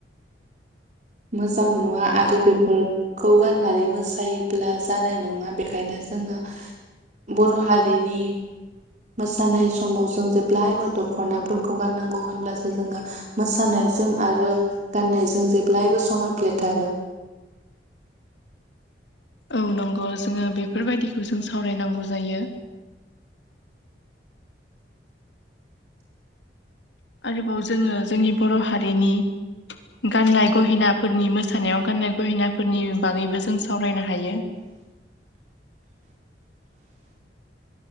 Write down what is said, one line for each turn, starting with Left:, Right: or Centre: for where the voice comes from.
Right: मोजां नुवा आरो बेफोरखौ गाननानै मोसायोब्ला जानाय नङा। बेखायनो जोङो बर' हारिनि मोसानाय समाव जों जेब्लायबो दख'नाफोरखौ गाननांगौ होनब्लासो जोङो मोसानाय मोसानाय जों आरो गाननायजों जेब्लायबो समायफ्लेथारो।
Left: औ नंगौ जोङो बेफोरबायदिखौ जों सावरायनांगौ जायो। आरोबाव जोङो जोंनि बर' हारिनि गाननाय गहेनाफोरनि मोसानायाव गाननाय गहेनाफोरनि बागैबो जों सावरायनो हायो।
Right: <inaudible>